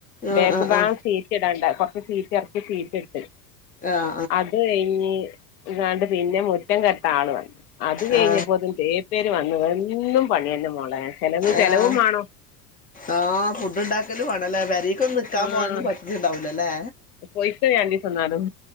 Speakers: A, on the left; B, on the left.
A: ആ ആ
B: ബേക്ക്
A: ആ
B: ബാഗഗം
A: ആ
B: സീറ്റ് ടാണ്ട കൊർച്ച സീറ്റെർക്കി സീറ്റ്ട്ട്
A: ആ
B: അത് കൈഞ്ഞി ങ്ങാണ്ട് പിന്നെ മുറ്റം കെട്ട ആൾ വന്ന് അത് കഴിഞ്ഞപ്പോത്
A: ആ ആ
B: തേപേര് വന്ന് എന്നും പണിയന്നെ മോളെ ചെലവ് ചെലവും
A: ഏഹ്
B: വേണം
A: ആഹ് ഫു ണ്ടാക്കലു ആണ്ല്ലേ പെരീക്കൊന്ന് ന്ന്ക്കാൻ
B: ആഹ്
A: പോവാ പറ്റിട്ടുണ്ടാഉല്ലല്ലേ
B: പോയിക്ക രണ്ടീസന്നാലും